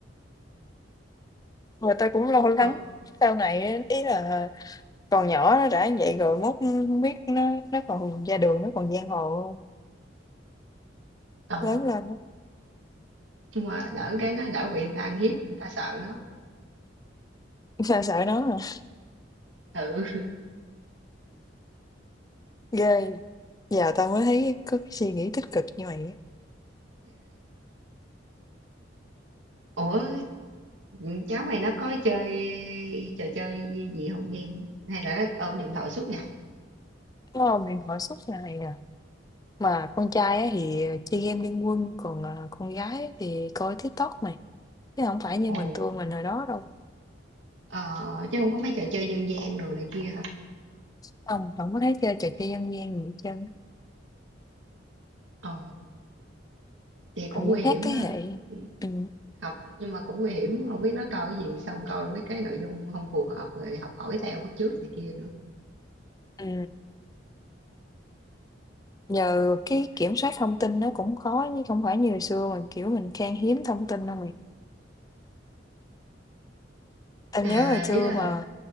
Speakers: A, on the left; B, on the right.
A: mà tao cũng lo lắng
B: Ờ,
A: sau này á, ý là còn nhỏ nó đã như vậy rồi mốt hông biết nó nó còn ra đường nó còn giang hồ hông,
B: ờ,
A: lớn lên á,
B: nhưng mà đỡ cái nó đỡ bị người ta ăn hiếp, người ta sợ nó.
A: <laughs> tao sợ nó à.
B: Ừ.
A: Ghê, giờ tao mới thấy có cái suy nghĩ tích cực như vậy. á.
B: Ủa Ừ, cháu mày nó có chơi trò chơi gì không game hay là nó ôm điện thoại suốt ngày
A: Ờ, mình hỏi suốt ngày à. Mà con trai á thì ờ, chơi game Liên Quân, còn à, con gái á thì coi TikTok mày. Chứ không phải như mình
B: ồ
A: tụi mình hồi đó đâu.
B: ờ, chứ không có mấy trò chơi dân gian đồ này kia hả
A: Không, không có thấy chơi trò chơi dân gian gì hết trơn. á.
B: ồ vậy cũng
A: Ừ,
B: nguy hiểm
A: khác thế
B: ha
A: hệ.
B: Ừ,
A: Ừ.
B: học nhưng mà cũng nguy hiểm không biết nó coi cái gì xong coi mấy cái nội dung không phù hợp rồi học hỏi theo bắt chước này kia nữa
A: Ừ. Giờ cái kiểm soát thông tin nó cũng khó chứ không phải như hồi xưa mà kiểu mình khan hiếm thông tin đâu mày. Tao nhớ
B: à
A: hồi xưa
B: ý là
A: mà